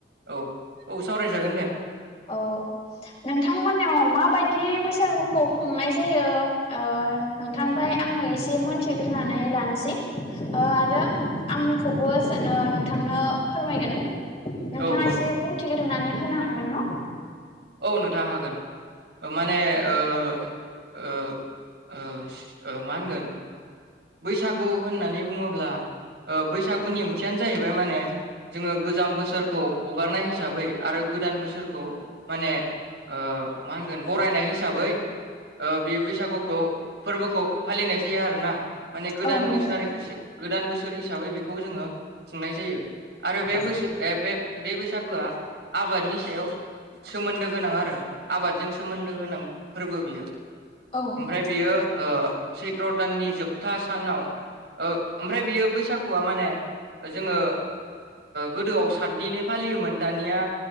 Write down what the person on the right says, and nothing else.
औ औ सावरायजागोन दे।
औ औ
औ नोंथां हागोन माने ओ ओ ओ ओ मा होनगोन बैसागु होननानै बुङोब्ला ओ बैसागुनि ओंथियानो जाहैबाय माने जोङो गोजाम बोसोरखौ हगारनाय हिसाबै आरो गोदान बोसोरखौ माने ओ मा होनगोन बरायनाय हिसाबै ओ बे बैसागुखौ फोरबोखौ फालिनाय जायो आरोना माने गोदान
बोसारो
सो गोदान बोसोर हिसाबै बेखौ जोङो खुंनाय जायो आरो बे
बोसो ए बे बे बैसागुआ आबादनि सायाव सोमोन्दो गोनां आरो आबादजों सोमोन्दो गोनां फोरबो बियो
ओमफ्राय बियो ओ सैत्र दाननि जोबथा सानाव औ ओमफ्राय बेयो बैसागुआ माने जोङो गोदोआव साद दिनै फालियोमोन दानिया